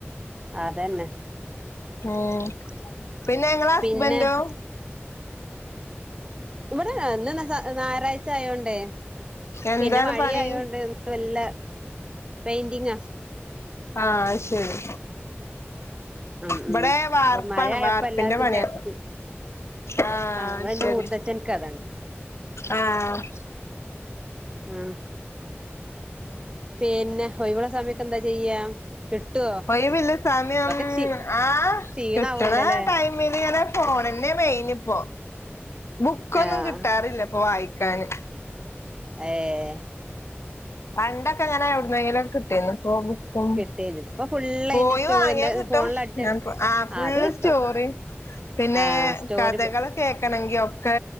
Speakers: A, on the right; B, on the left.
A: അതന്നെ
B: ഉം പിന്നെ ങ്ങളെ ഹസ്ബൻന്റോ
A: പിന്നെ ഇവിടെന്നെ ഇന്ന് ഞായറാഴ്ച ആയോണ്ടേയ്
B: എന്താണ്
A: പിന്നെ വഴിയായോണ്ട്ന്ന്
B: പണി
A: വല്ല പെയിന്റിങ്ങാ
B: ആഹ് ശരി
A: ഉം
B: ഇവിടെ
A: ഉം
B: വാർപ്പാണ്
A: അപ്പൊ മഴ ആയപ്പോ
B: വാർപ്പിന്റെ
A: എല്ലാർക്കും
B: പണിയാ
A: ചടച്ച്
B: ആഹ്
A: ഇവിടെ എന്റെ
B: ശെരി
A: മൂത്തച്ഛൻക്ക് അതാണ്
B: ആഹ്
A: ആ പിന്നെ ഒയ്വൊള്ള സമയത്തെന്താ ചെയ്യാ കിട്ടുവോ
B: ഒയ്വില്ല സാമയം
A: ഇപ്പൊക്കെ ക്ഷീ
B: ആ
A: ക്ഷീണാവല്ലോല്ലേ
B: കിട്ടണ ടൈമിങ്ങനെ പോണ് ന്നെ വെയ്നിപ്പോ ബുക്കൊന്നും
A: ആഹ്
B: കിട്ടാറില്ല ഇപ്പൊ വായിക്കാന്
A: ഏയ്
B: പണ്ടൊക്കെ ഞാനെ എവിടുന്നെങ്കിലുംക്കെ കിട്ടിന്ന് ഇപ്പൊ ബുക്കും
A: കിട്ടിയത് ഇപ്പൊ ഫുള്ള്
B: പോയി
A: അയിന് സ്റ്റോറി
B: വാങ്ങിയാൻ
A: എന്താ
B: കിട്ടും
A: ഫോണിൽ അടിച്ച
B: ആ ഫുള്ള്
A: അത് കിട്ടും
B: സ്റ്റോറി പിന്നെ
A: ആഹ് സ്റ്റോറി
B: കഥകള് കേക്കണെങ്കി ഒക്കെ